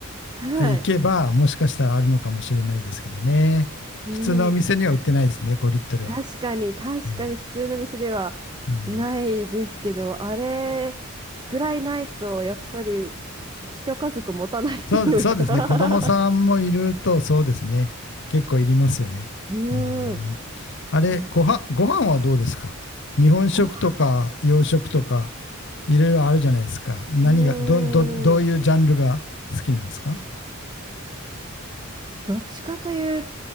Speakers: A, on the right (about 20°); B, on the left (about 55°).
A: はい。
B: 行けば、もしかしたらあるのかもしれないですけどね。
A: うん。
B: 普通のお店には売ってないですね、5リットルは。
A: 確かに、確かに普通の店では
B: うん。うん
A: ないですけど、あれぐらいないと、やっぱり一家族持たないっていうか
B: そう、そうですね。子供さんもいると、
A: <laughs>
B: そうですね。結構いりますよね。
A: うん。
B: うーん。あれ、
A: ね
B: ごは、ご飯はどうですか日本食とか洋食とか、
A: ご飯、
B: いろいろあるじゃないですか。何が、
A: う
B: ど、ど、どういうジャンルが好きなんですか
A: ん。どっちかという